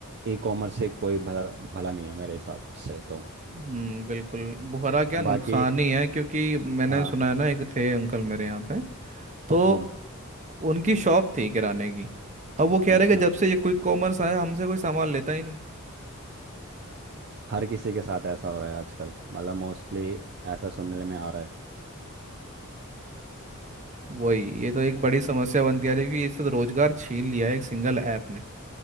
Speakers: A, on the right; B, on the right.
A: ई कॉमर्स से कोई भला भला नहीं है मेरे हिसाब से तो
B: हम्म बिल्कुल बुहरा क्या नुकसान
A: बाकी
B: ही है क्योंकि मैंने
A: हाँ
B: सुना है ना एक थे अंकल मेरे यहाँ पे तो
A: हम्म
B: उनकी शॉप थी किराने की अब वो कह
A: अच्छा
B: रहे कि जब से ये क्विक कॉमर्स आया हमसे कोई सामान लेता ही नहीं
A: हर किसी के साथ ऐसा हो रहा है आजकल मतलब मोस्टली ऐसा सुनने में आ रहा है
B: वही ये तो एक
A: हाँ।
B: बड़ी समस्या बनती आ रही है कि इससे तो रोजगार छीन लिया है एक सिंगल ऐप ने